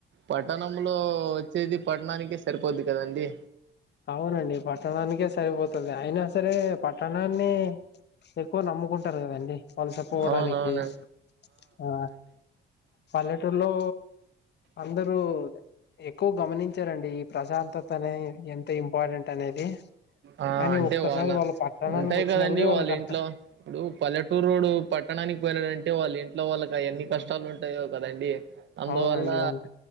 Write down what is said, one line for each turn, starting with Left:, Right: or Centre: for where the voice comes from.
Right: పట్టణంలో ఓచ్చేది పట్టణాననికే సరిపోద్ది కదండి
Left: అవ్నండి పట్టణానికే సరిపోతు అయినా సరే పట్టణాన్ని ఎక్కువ నమ్ముకుంటారు కదండి వలస పోవడానికి
Right: అవునవునండి
Left: ఆ పల్లెటూర్లో అందరూ ఎక్కువ గమనించారండి ఈ ప్రశాంతతనే ఎంత ఇంపార్టెంట్ అనేది
Right: ఆ
Left: కానీ
Right: అంటే
Left: ఒక్కసారి
Right: వాల
Left: వాళ్ళు పట్టణానికి
Right: ఉంటాయి
Left: వచ్చినప్పుడే
Right: కదండి
Left: వాళ్ళకి
Right: వాళ్ళ
Left: అర్థం
Right: ఇంట్లో ఇప్పుడు పల్లెటూరోడు పట్టణానికి పోయినాడ్ టె వాళ్ళ ఇంట్లో వాళ్ళకి అ ఎన్ని కష్టాలు ఉంటాయో కదండి అందువల్ల
Left: అవునండి అవును